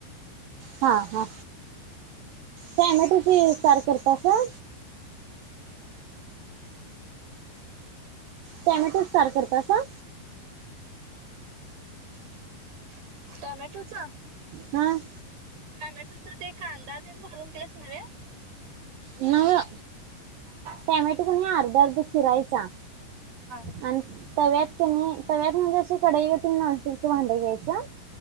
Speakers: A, on the right; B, on the right.
A: हा हा. टॅमॅटोचे सार करता का? टॉमॅटो सार करता का?
B: <inaudible> टमॅटोच
A: हं,
B: टमॅटोचा ते कांदा तेन घालून तेच नवे?
A: नव्ह. टॅमॅटो कणी अर्धा अर्धा चिरायचा,
B: हा
A: आण तव्यात कनी, तव्यात म्हणजे असे कडाई <unintelligible> नॉन स्टिकच भांड घ्यायचं.